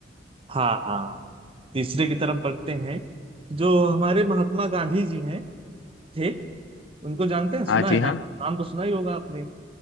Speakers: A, on the right (about 30°); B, on the left (about 85°).
A: हाँ हाँ तीसरे की तरफ बढ़ते हैं जो हमारे महात्मा गांधी जी हैं थे उनको जानते हैं
B: हाँ
A: सुना
B: जी
A: है
B: हाँ
A: नाम नाम तो सुना ही होगा आपने